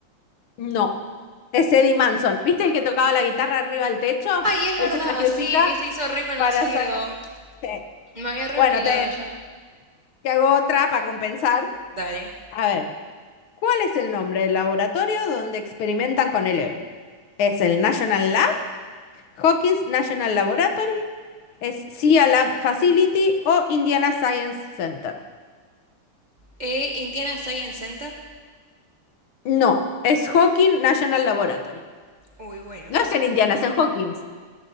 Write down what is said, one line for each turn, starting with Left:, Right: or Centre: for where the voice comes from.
Left: No, es Eddie Manson. ¿Viste el que tocaba la guitarra arriba del techo?
Right: Ay, es verdad,
Left: Él se sacrifica
Right: sí, que se hizo reconocido.
Left: para sacar. Sí.
Right: Me había re
Left: Bueno,
Right: olvidado
Left: te,
Right: yo.
Left: te hago otra para compensar.
Right: Dale.
Left: A ver, ¿cuál es el nombre del laboratorio donde experimentan con Eleven? ¿Es el National Lab? ¿Hawkins National Laboratory? ¿Es CIA Lab Facility o Indiana Science Center?
Right: Eh, Indiana Science Center.
Left: No, es Hawkins National Laboratory.
Right: Uy, bueno.
Left: No es en Indiana, es en Hawkins.